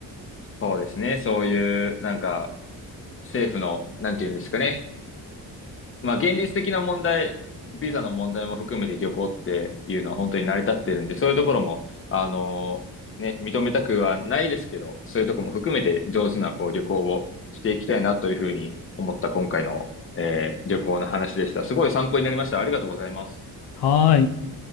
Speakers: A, on the left; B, on the left.
A: そうですね。そういう、なんか、政府の、なんていうんですかね。まあ、現実的な問題、ビザの問題も含めて旅行っていうのは本当に成り立ってるんで、そういうところも、あのね、認めたくはないですけど、そういうところも含めて上手なこう旅行をしていきたいなというふうに思った今回の、えー旅行の話でした。すごい参考になりました。ありがとうございます。
B: はーい。